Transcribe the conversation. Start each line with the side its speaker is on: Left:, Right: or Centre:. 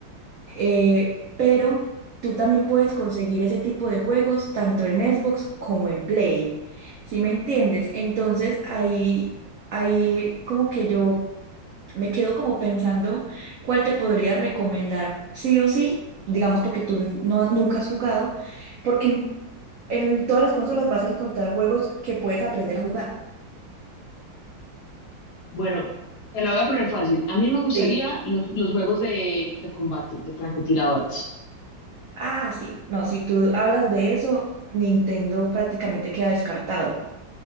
Right: Eh, pero tú también puedes conseguir ese tipo de juegos tanto en Xbox como en Play. ¿Sí me entiendes? Entonces ahí, ahí como que yo me quedo como pensando cuál te podría recomendar, sí o sí, digamos porque tú no, nunca has jugado, porque en, en todas las consolas vas a encontrar juegos que puedes aprender a jugar.
Left: Bueno, te la voy a poner fácil. A mí me gustaría
Right: Sí.
Left: los, los juegos de, de combate, de francotiradores.
Right: Ah, sí, no, si tú hablas de eso, Nintendo prácticamente queda descartado.